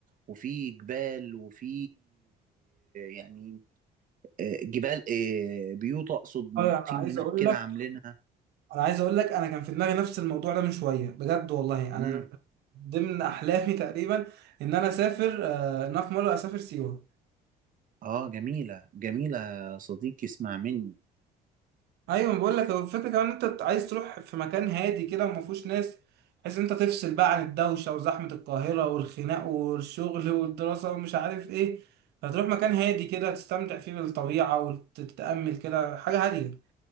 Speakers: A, on the right; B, on the right.
A: وفي جبال وفي يعني آه، جبال آه، بيوت اقصد من
B: اه
A: الطين
B: انا عايز
A: هناك
B: اقول
A: كده
B: لك
A: عاملينها
B: انا عايز اقول لك انا كان في دماغي نفس الموضوع ده من شويه بجد والله انا
A: امم
B: ضمن احلامي تقريبا ان انا اسافر آه، ان انا في مره اسافر سيوه
A: اه جميله جميله يا صديقي اسمع مني
B: ايوه بقول لك هو الفكره كمان إن انت عايز تروح في مكان هادي كده وما فيهوش ناس بحيث إن انت تفصل بقى عن الدوشه وزحمه القاهره والخناق والشغل <laughs> والدراسه ومش عارف ايه هتروح مكان هادي كده تستمتع فيه بالطبيعه وتتامل كده حاجه هاديه